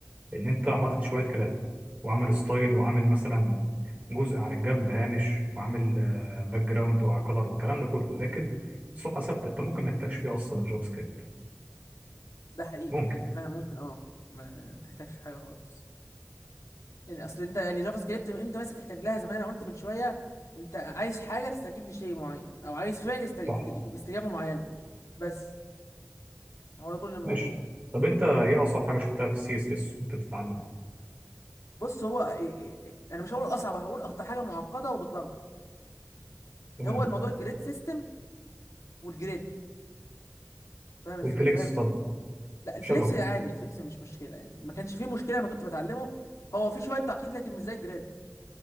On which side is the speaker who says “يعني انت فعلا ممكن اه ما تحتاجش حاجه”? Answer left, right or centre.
Left